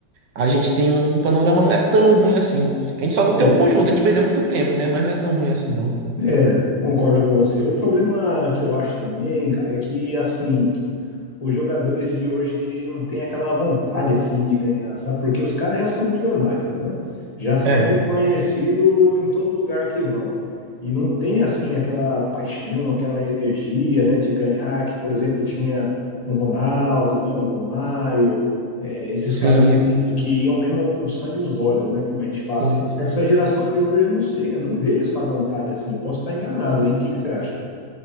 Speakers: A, on the right (about 65°); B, on the left (about 20°).
A: a gente tem um um panorama não é tão ruim assim. A gente só não tem
B: É.
A: um conjunto, a gente perdeu muito tempo, né? Mas não é tão ruim assim, não.
B: É, concordo com você. O problema que eu acho também, cara, é que assim, os jogadores de hoje não têm aquela vontade assim de ganhar, sabe? Porque os caras já são milionários, né? Já são
A: É,
B: reconhecidos em todo lugar que vão. E não tem assim aquela paixão, aquela energia, né, de ganhar que, por exemplo, tinha um Ronaldo, né, um Romário, é, esses
A: sim,
B: caras
A: é-
B: que, que iam mesmo com sangue nos olhos, né, como a gente fala.
A: sim.
B: Essa geração de hoje, eu não sei, eu não vejo essa vontade assim. Posso estar enganado, hein? O que que você acha?